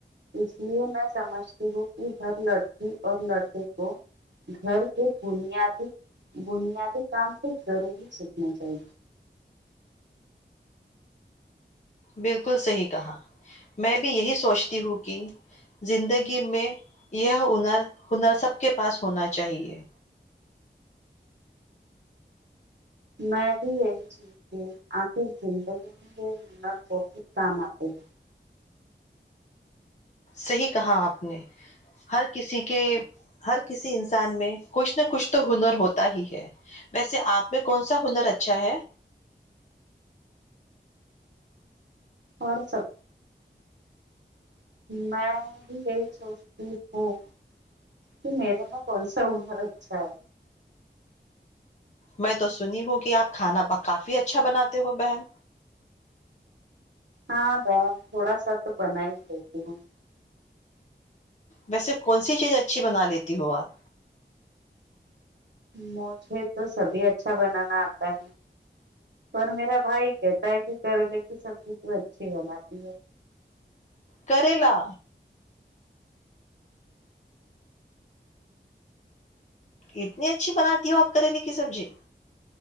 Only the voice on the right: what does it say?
اس لیے میں سمجھتی ہوں کہ ہر لڑکی اور لڑکے کو گھر کے بنیادی بنیادی کام سے ضروری سیکھنا چاہیے
میں بھی یہی چیز کہ آخر زندگی میں یہ ہنر بہت کام آتے ہیں
اور سب میں بھی یہی سوچتی ہوں کہ میرے میں کون سا ہنر اچھا ہے
ہاں بہن تھوڑا سا تو بنا ہی لیتی ہوں
مجھے تو سبھی اچھا بنانا آتا ہے پر میرا بھائی کہتا ہے کہ کریلے کی سبزی تو اچھی بناتی ہے